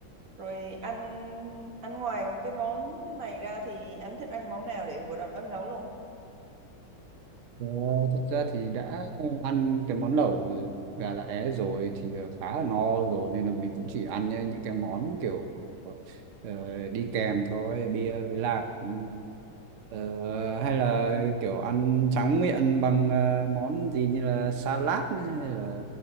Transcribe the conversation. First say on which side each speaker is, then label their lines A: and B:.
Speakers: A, on the right; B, on the right.
A: rồi anh ăn ngoài một cái món này ra thì anh thích ăn món nào để bữa đó em nấu luôn
B: Ờ, thật ra thì đã ăn cái món lẩu gà lá é rồi thì ờ, khá là no rồi nên là mình cũng chỉ ăn những cái món kiểu ờ, đi kèm thôi bia với lạc Ừ. ờ, hay là kiểu ăn tráng miệng bằng ờ, món gì như là salad hay là